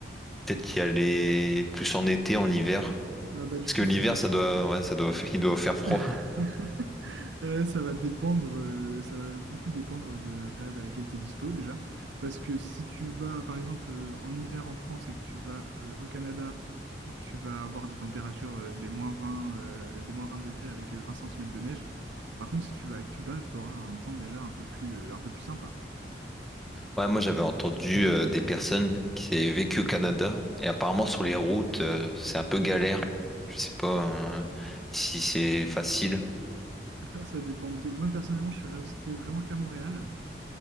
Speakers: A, in the centre; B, on the right.
A: peut-être y aller plus en été, en hiver.
B: Euh, bah, du
A: Parce
B: coup,
A: que l'hiver,
B: c-
A: ça doit, ouais, ça doit, <laughs> il doit faire froid.
B: <laughs> Euh, ça va dépendre, euh, ça va beaucoup dépendre de la période à laquelle tu es dispo déjà. Parce que si tu vas, par exemple, euh, en hiver en France et que tu vas euh, au Canada, tu vas avoir des températures euh, des moins vingt, euh, des moins 20 degrés avec euh, 20 cm de neige. Par contre, si tu vas à Cuba, tu auras un temps déjà un peu plus, euh, un peu plus sympa.
A: Ouais, moi j'avais entendu euh, des personnes qui avaient vécu au Canada et apparemment sur les routes euh, c'est un peu galère. Je sais pas euh, si c'est facile.
B: <laughs> Ça dépend où t'es. Moi, personnellement, je suis resté vraiment qu'à Montréal.